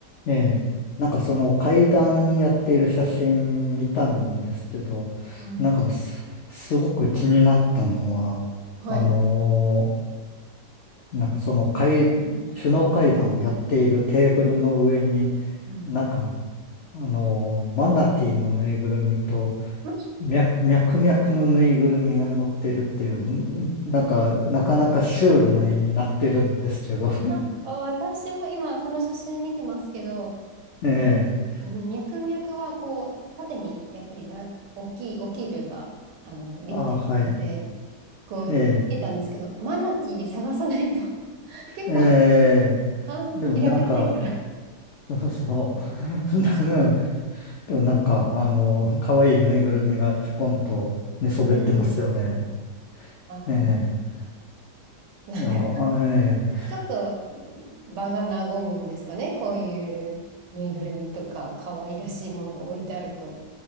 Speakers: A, on the left (about 90°); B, on the right (about 75°).
A: ええ。なんかその階段やっている写真見たんですけど、
B: はい。
A: なんかす、すごく気になったのは、
B: はい。
A: あのーなんかその階、首脳会談をやっているテーブルの上に、
B: うん。
A: なんか、あのーマナティーのぬいぐるみと、
B: は
A: 脈、脈々のぬいぐるみが乗ってるっていう、んなんか、なかなかシュールな絵になってるんですけど、
B: いあ、私も今、その写真見てますけど、
A: <laughs> え
B: あ
A: え、
B: 脈々はこう、縦にやっぱりな、大きい、大きいというか、あの、立体なので、
A: あ、はい、
B: こう、
A: ええ。
B: 言えたんですけど、マナティー探さないと、<laughs> 結構、
A: ええ
B: あー平べったいから。
A: でもなんか、そうそう。<laughs> でもなんか、あの、可愛いぬいぐるみがちょこんと寝そべってますよね。
B: うん。あ
A: ええ
B: あ、なんか、
A: いや、あええ
B: ちょっと場が和むんですかね、こういうぬいぐるみとか、可愛らしいものが置いてあると、